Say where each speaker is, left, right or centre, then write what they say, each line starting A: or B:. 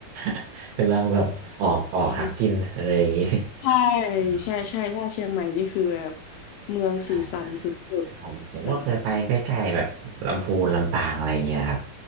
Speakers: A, on the right (about 70°); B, on the left (about 80°).
A: <laughs> กำลังแบบออกออกหากินอะไรอย่างนี้
B: อืมใช่
A: อ๋อ
B: ใช่ใช่ถ้าเชียงใหม่นี่คือแบบเมืองสีสันสุดๆแบบ
A: ใช่ใช่ผมผมก็เคยไปใกล้ๆแบบลำพูนลำปางอะไรอย่างเงี้ยครับ